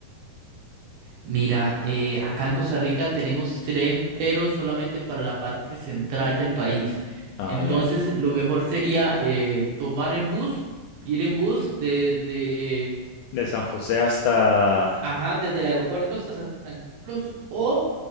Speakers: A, on the right; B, on the left.
A: Mira, eh, acá en Costa Rica tenemos tren pero solamente para la parte central del país.
B: Ah,
A: Entonces
B: ya.
A: lo mejor sería eh, tomar en bus, ir en bus desde,
B: De San José hasta...
A: ajá, desde el aeropuerto hasta San Carlos o